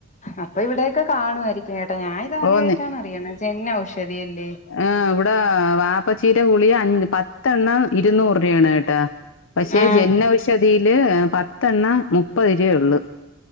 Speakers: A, on the left (about 35°); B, on the left (about 65°).
A: അപ്പൊ ഇവിടെയൊക്കെ കാണുമായിരിക്കും കേട്ടോ ഞാൻ ഇതാദ്യമായിട്ടാണ്
B: ഓ നി
A: അറിയണത് ജനൗഷധിയല്ലേ
B: ആഹ് ഇവിടെ വാ- പ്പച്ചിടെ ഗുളിക പത്തെണ്ണം ഇരുന്നൂറ് രൂപയാണ് കേട്ട പക്ഷെ
A: ആഹ്
B: ജനൗഷധി- തിയില് പത്തെണ്ണം മുപ്പത് രൂപയേ ഉള്ളൂ